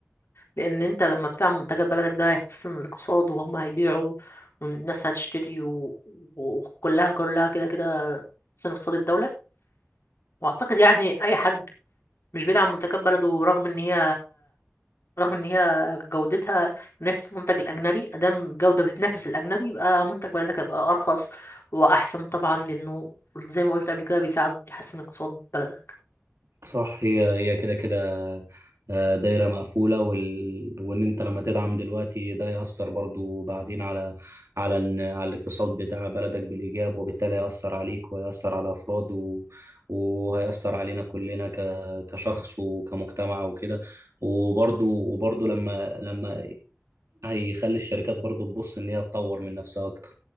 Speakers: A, on the left; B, on the right.
A: لان انت لما بتعمل منتجات بلدك ده هيحسن الاقتصاد وهم هيبيعوا والناس هتشتري و- وكلها كلها كده كده تحسن اقتصاد الدولة واعتقد يعني اي حد مش بيدعم منتجات بلده رغم ان هي رغم ان هي جودتها نفس المنتج الاجنبي ادام الجودة بتنافس الاجنبي يبقى منتج بلدك هيبقى ارخص واحسن طبعا لانه زي ما قلت قبل كده بيساعد يحسن اقتصاد بلدك
B: صح هي هي كده كده آه، دايرة مقفولة وال... وإن أنت لما تدعم دلوقتي ده يأثر برضو بعدين على على ال... على الاقتصاد بتاع بلدك بالإيجاب وبالتالي هيأثر عليك ويأثر على أفراد و... وهيأثر علينا كلنا ك... كشخص وكمجتمع وكده وبرضو وبرضو لما لما هيخلي الشركات برضو تبص ان هي تطور من نفسها اكتر